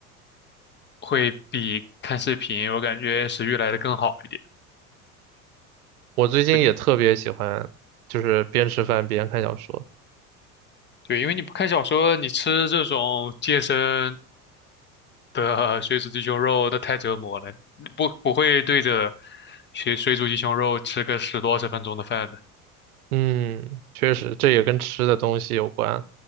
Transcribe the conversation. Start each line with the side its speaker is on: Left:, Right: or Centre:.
Left: 会比看视频，我感觉食欲来的更好一点。
Right: 我最近也特别喜欢，
Left: 对
Right: 就是边吃饭边看小说。
Left: 对，因为你不看小说，你吃这种健身。的水煮鸡胸肉那太折磨了，不不会对着水水煮鸡胸肉吃个十多二十分钟的饭的。
Right: 嗯，确实，这也跟吃的东西有关，